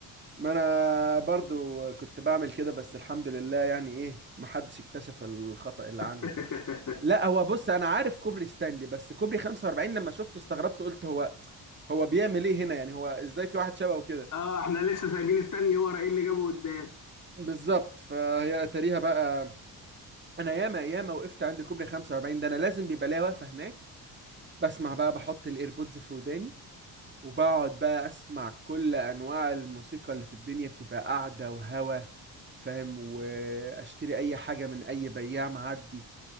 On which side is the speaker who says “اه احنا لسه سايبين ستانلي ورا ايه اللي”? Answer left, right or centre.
Left